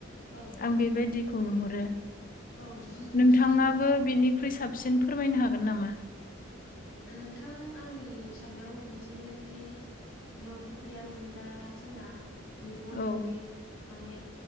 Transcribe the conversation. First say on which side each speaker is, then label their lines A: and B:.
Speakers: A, on the left; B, on the left.
A: औ
B: आं बे बायदिखौ नुहरो
A: औ नंगौ नोंथां
B: नोंथाङाबो बिनि ख्रुइ साबसिन फोरमायनो हागोन नामा?
A: नोंथां आंनि साननायाव बिदिनोखि मोब्लिब गैयामोनब्ला जोंना मेगन
B: औ
A: गोयि माने